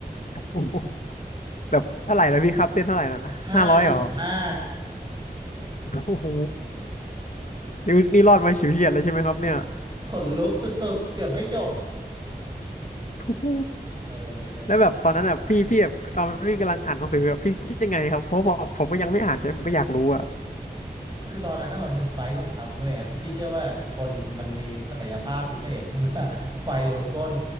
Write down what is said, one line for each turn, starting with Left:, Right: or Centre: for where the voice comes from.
Left: โอ้โหแบบเท่าไหร่นะพี่ครับเส้นเท่าไหร่นะห้าร้อยเหรอ
Right: ห้าหนึ่งห้า
Left: โอ้โหนี่นี่รอดมาฉิวเฉียดเลยใช่ไหมครับเนี่ย
Right: ขนลุกสุดๆเกือบไม่จบ
Left: โอ้โห
Right: เออเออ
Left: แล้วแบบตอนนั้นอ่ะพี่พี่แบบตอนพี่กำลังอ่านหนังสืออะพี่คิดยังไงครับเพราะว่าผมก็ยังไม่อ่านใช่ไหมผมก็อยากรู้อ่ะ
Right: คือตอนนั้นน่ะมันเป็นไฟต์บังคับเว้ยแอ๊กพี่เชื่อว่าแบบคนมันมีศักยภาพพิเศษ <laughs> เมื่อ <laughs> ไฟลนก้น